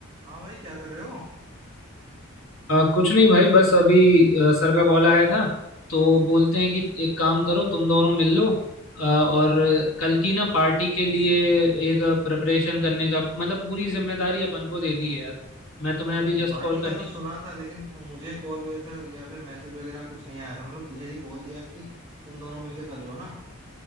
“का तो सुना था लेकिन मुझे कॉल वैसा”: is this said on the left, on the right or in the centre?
Right